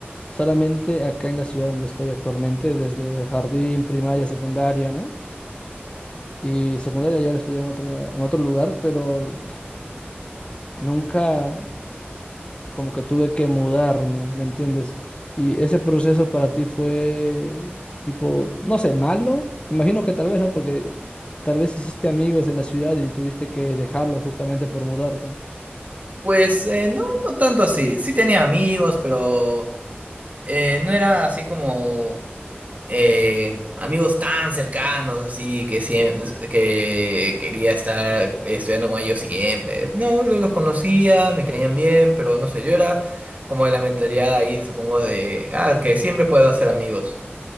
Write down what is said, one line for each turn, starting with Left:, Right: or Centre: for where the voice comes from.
Left: solamente acá en la ciudad donde estoy actualmente, desde jardín, primaria, secundaria, ¿no? Y secundaria ya la estudié en otro, en otro lugar, pero nunca como que tuve que mudarme, ¿me entiendes? Y ese proceso para ti fue tipo, no sé, malo. Imagino que tal vez no, porque tal vez hiciste amigos en la ciudad y tuviste que dejarlos justamente por mudarte.
Right: Pues eh, no, no tanto así. Sí tenía amigos, pero eh, no era así como eh, amigos tan cercanos, así que, siem- que quería estar estudiando con ellos siempre. No, lo- los conocía, me caían bien, pero no sé, yo era como de la mentalidad ahí, supongo, de ah, que siempre puedo hacer amigos.